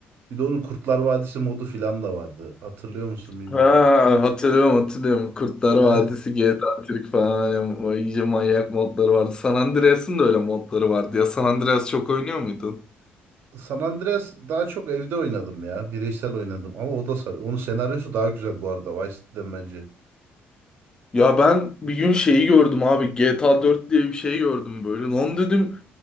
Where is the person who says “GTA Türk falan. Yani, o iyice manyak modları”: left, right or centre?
Left